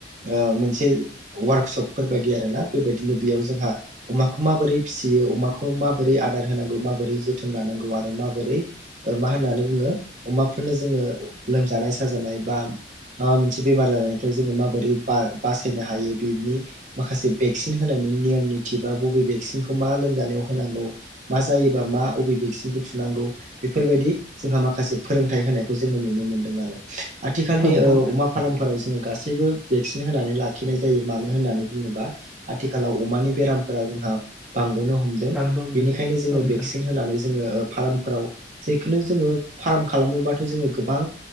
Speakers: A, on the right (about 40°); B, in the centre.
A: ओ मोन वार्कशपफोर बायदि आरोना बेबायदिनो बेयाव जोंहा अमाखौ माबोरै फिसियो अमाखौ मा। माबोरै आदार होनांगौ माबोरै जोथोन लानांगौ आरो माबोरै ओ मा होननानै बुङो अमाफोरनो जों। ओ लोमजानाय साजानाय बा माबा मोनसे बेमार जानायनिफ्राय जोङो माबोरै बार। बासायनो हायो बिनि। माखासे भेक्सिन होनायनि नियम निति बा बबे भेक्सिनखौ मा लोमजानायाव होनांगौ। मा जायोबा मा अभेभेक्स। थुनांगौ बेफोरबायदि जोंहा माखासे फोरोंथाइ होनायखौ जोङो नुनो मोनदों आरो। आथिखालनि
B: औ नोंथां
A: ओ अमा फार्मफोराव जोङो गासैबो भेक्सिन होनानै। लाखिनाय जायो मानो होननानै बुङोबा आथिखालाव अमानि बेरामफोरा जोंहा बांबोनो हम। हमदों
B: दाननो हमदों
A: बेनिखायनो जोङो
B: औ नोंथां
A: भेक्सिन होनानै। जोङो फार्मावफोराव जेखुनु जोङो फार्म खालामोबाथ' जों गोबां